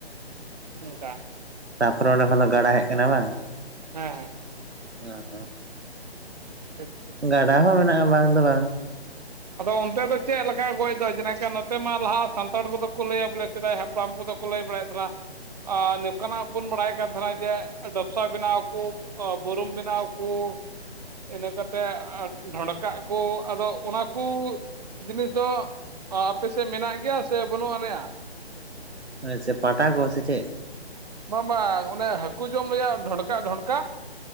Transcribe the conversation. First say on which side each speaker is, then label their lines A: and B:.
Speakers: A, on the right; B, on the right.
A: ᱩᱱᱠᱟ ᱾
B: ᱛᱟᱨᱯᱚᱨᱮ ᱚᱸᱰᱮ ᱠᱷᱚᱱ ᱫᱚ ᱜᱟᱰᱟ ᱦᱮᱡ ᱠᱟᱱᱟ ᱵᱟᱝ?
A: ᱦᱮᱸ᱾
B: ᱚ ᱦᱚ ᱾
A: <unintelligible>
B: ᱜᱟᱰᱟ ᱦᱚᱸ ᱢᱮᱱᱟᱜᱼᱟ ᱵᱟᱝ ᱫᱚ ᱵᱟᱝ ᱾
A: ᱟᱫᱚ ᱚᱱᱛᱮ ᱫᱚ ᱪᱮᱜ ᱞᱮ ᱜᱚᱡ ᱫᱚ ᱡᱮᱠᱟ ᱱᱚᱛᱮ ᱢᱟ ᱞᱟᱦᱟ ᱥᱟᱱᱛᱟᱲ ᱠᱚᱫᱚ ᱠᱚ ᱞᱟᱹᱭᱟ ᱵᱚᱞᱮ ᱥᱮᱫᱟᱭ ᱦᱟᱯᱲᱟᱢ ᱠᱚᱫᱚ ᱠᱚ ᱞᱟᱹᱭ ᱵᱟᱲᱟᱭᱮᱫ ᱛᱟᱦᱮᱱᱟ ᱱᱚᱝᱠᱟᱱᱟᱜ ᱵᱚᱱ ᱵᱟᱲᱟᱭ ᱠᱟᱱ ᱛᱟᱦᱮᱱᱟ ᱡᱮ ᱰᱟᱯᱥᱟ ᱵᱮᱱᱟᱣ ᱠᱚ ᱚ ᱵᱩᱨᱩᱢ ᱵᱮᱱᱟᱣ ᱠᱩ ᱾ ᱤᱱᱟᱹ ᱠᱟᱛᱮᱜ ᱟᱨ ᱰᱷᱚᱸᱰᱠᱟᱜ ᱟᱠᱚ ᱟᱫᱚ ᱚᱱᱟ ᱠᱩ ᱡᱤᱱᱤᱥ ᱫᱚ ᱟᱯᱮᱥᱮᱫ ᱢᱮᱱᱟᱜ ᱜᱮᱭᱟ ᱥᱮ ᱵᱟᱹᱱᱩᱜ ᱟᱱᱮᱭᱼᱟ?
B: ᱟᱪᱪᱷᱟ ᱯᱟᱴᱟ ᱠᱚ ᱥᱮ ᱪᱮᱫ?
A: ᱵᱟᱝ ᱵᱟᱝ ᱚᱱᱮ ᱦᱟᱹᱠᱩ ᱡᱚᱢ ᱨᱮᱭᱟᱜ ᱰᱷᱚᱱᱰᱠᱟᱜ ᱰᱷᱚᱱᱰᱠᱟᱜ